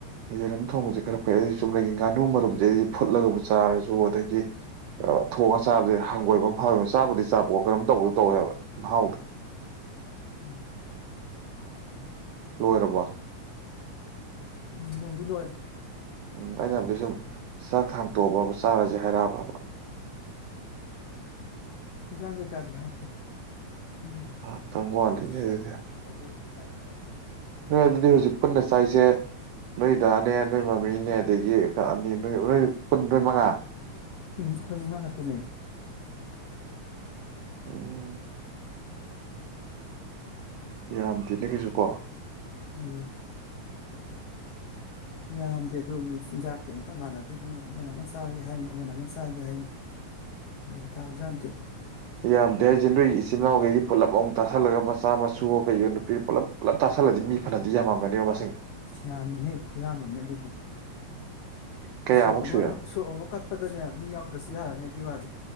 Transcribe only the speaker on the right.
ꯌꯦꯔꯨꯝ ꯊꯣꯡꯕꯁꯦ ꯈꯔ ꯐꯩꯗꯤ ꯆꯨꯝꯅꯒꯤ ꯉꯥꯅꯨ ꯃꯔꯨꯝꯁꯦ ꯑꯩꯗꯤ ꯐꯨꯠꯂꯒꯕꯨ ꯆꯥꯔꯁꯨ ꯑꯗꯒꯤ ꯊꯣꯡꯉꯒ ꯆꯥꯕꯗꯤ ꯍꯪꯒꯣꯏꯕ ꯑꯃ ꯐꯥꯎꯏꯕ ꯆꯥꯕꯗꯤ ꯆꯥꯕꯣꯛ ꯀꯔꯝ ꯇꯧꯕꯗ ꯇꯧꯋꯦꯕ ꯃꯍꯥꯎꯗꯣ
ꯂꯣꯏꯔꯕ
ꯎꯝ ꯑꯩꯅ ꯍꯥꯏꯕꯗꯤ ꯁꯨꯝ ꯆꯥꯛ ꯊꯥꯡ ꯇꯣꯛꯑꯕ ꯑꯃ ꯆꯥꯔꯁ ꯖꯦꯍꯔꯥꯕꯥ
ꯉꯥꯏꯍꯥꯛꯇꯪ ꯋꯥꯠꯂꯤꯅꯦ
ꯑꯗꯨꯗꯤ ꯅꯣꯏ ꯑꯗꯨꯗꯤ ꯍꯧꯖꯤꯛ ꯄꯨꯟꯅ ꯆꯥꯏꯁꯦ ꯅꯣꯏꯗꯅꯦ ꯅꯣꯏ ꯃꯃꯤꯅꯦ ꯑꯗꯒꯤ ꯑꯅꯤ ꯅꯣꯏ ꯅꯣꯏ ꯄꯨꯟ ꯅꯣꯏ ꯃꯉꯥ
ꯎꯝ ꯌꯥꯝ ꯇꯦꯅꯦ ꯀꯩꯁꯨ ꯀꯣ
ꯌꯥꯝꯗꯤ ꯍꯥꯏꯖ ꯅꯏ ꯏꯆꯤꯟ ꯏꯅꯥꯎꯈꯩ ꯄꯨꯜꯂꯞ ꯑꯃꯨꯛ ꯇꯥꯁꯜꯂꯒ ꯃꯆꯥ ꯃꯁꯨ ꯀꯩꯁꯨ ꯅꯨꯄꯤ ꯄꯨꯂꯞ ꯄꯨꯂꯞ ꯇꯥꯁꯜꯂꯗꯤ ꯃꯤ ꯐꯅꯗꯤ ꯌꯥꯝꯃꯝꯒꯅꯦꯕ ꯃꯁꯤꯡ
ꯀꯌꯥꯃꯨꯛ
ꯁꯨꯏ